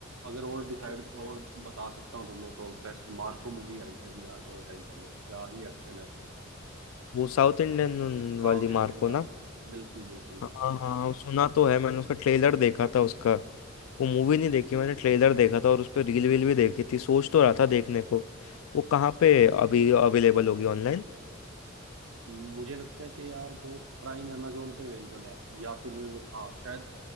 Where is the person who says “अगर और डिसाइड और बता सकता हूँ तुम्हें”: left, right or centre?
Right